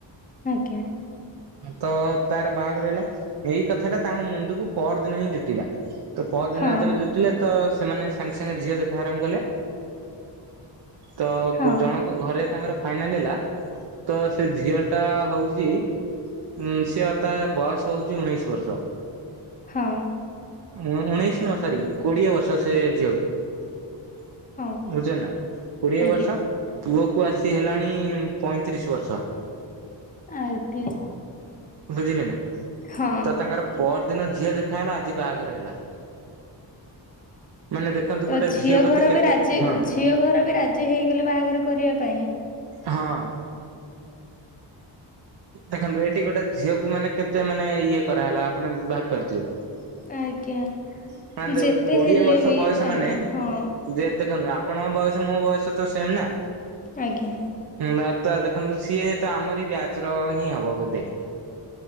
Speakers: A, on the left; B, on the right.
A: ଆଜ୍ଞା।
B: ତ ତାର ବାହାଘର ହେଲା ଏଇ କଥା ଟା ତାଙ୍କ ମୁଣ୍ଡକୁ ପର ଦିନ ହିଁ ଜୁଟିଲା। ତ ପହରଦିନ
A: ହଁ
B: ଜୁ ଥିଲେ ତ ସେମାନେ ସାଙ୍ଗେ ସାଙ୍ଗେ ଝିଅ ଦେଖା ଆରମ୍ଭ କଲେ, ତ
A: ହଁ
B: ଜଣ ଘରେ ତାଙ୍କର ଫାଇନାଲ ହେଲା ତ ସେ ଝିଅ ଟା ହଉଛି ଉଁ ସି ତା ବୟସ ହଉଛି ଉଣେଇଶି ବର୍ଷ
A: ହଁ।
B: ଉ ଉଣେଇଶି ନୁଅ ସରି କୋଡିଏ ବର୍ଷ ସେ ଝିଅକୁ।
A: ହଁ
B: ବୁଛ ନା କୋଡିଏ
A: ଆଜ୍ଞା
B: ବର୍ଷ ପୁଅକୁ ଆସି ହେଲାଣି ପଇଁତିରିଶ ବର୍ଷ
A: ଆଜ୍ଞା
B: ବୁଝିଲେ ନା ତ
A: ହଁ
B: ତାଙ୍କର ପର ଦିନ ଝିଅ ଦେଖାହଲା ଆଜି ବାହାଘର ହେଲା ମାନେ ଦେଖନ୍ତୁ
A: ତ
B: ଗୋଟେ
A: ଝିଅ
B: ପ୍ରତି
A: ଘର
B: କେତେ
A: ବି ରାଜି
B: ହଁ
A: ଝିଅ ଘର ବି ରାଜି ହେଇଗଲେ ବାହାଘର କରିବା ପାଇଁ।
B: ହଁ। ଦେଖନ୍ତୁ ଏଠି ଗୋଟେ ଝିଅକୁ ମାନେ କେତେ ମାନେ ଇଏ କରାହେଲା ଆପଣ ଭାବିପାରୁଥିବେ।
A: ଆଜ୍ଞା
B: ମାନେ ଦେଖନ୍ତୁ
A: ଯେତେ
B: କୋଡିଏ
A: ହେଲେ
B: ବର୍ଷ
A: ବି
B: ବୟସ
A: ଆଜ୍ଞା
B: ମାନେ।
A: ହଁ
B: ଦେ ଦେଖନ୍ତୁ ଆପଣଙ୍କ ବୟସ ମୋ ବୟସ ତ ସେମ୍ ନା।
A: ଆଜ୍ଞାଁ।
B: ହୁଁ ଭାତୁୟ ଦେଖନ୍ତୁ ସିଏ ତ ଆମର ବ୍ୟାଚ୍ ର ହିଁ ହବ ବୋଧେ।